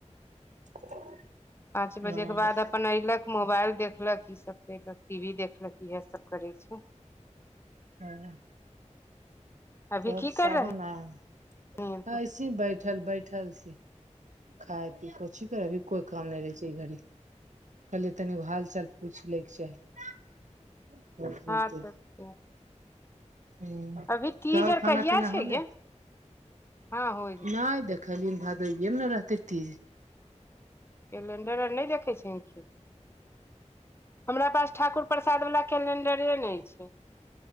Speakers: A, on the right (about 75°); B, on the left (about 20°).
A: <inaudible>
B: पांच बजे
A: ओ
B: के बाद अपन ऐलक मोबाइल देखलक ई सब केलक टीवी देखलक इएहे सब करे छैय
A: ह
B: अभी
A: तब
B: की
A: सावन
B: कर रहली
A: आ
B: हन तू
A: ऐसे बैठल बैठल छी खाय पी कोऊची करे अभी कोइ काम नय रहै छै ई घड़ी कहलिए तनि हाल चाल पूछ लैके चाही तब जेयतै
B: हँ तऽ
A: <inaudible> हूँ
B: अभी तीज
A: तोहर
B: आर
A: खाना
B: कहिया
A: पीना
B: छै
A: होले
B: गे हँ होइ गेल
A: नय देख खलिन भादोये मे नै रहतै तीज
B: कैलेंडर आर नय देखै छैहे की हमरा पास ठाकुर प्रसाद वाला कैलेंडरे नय छै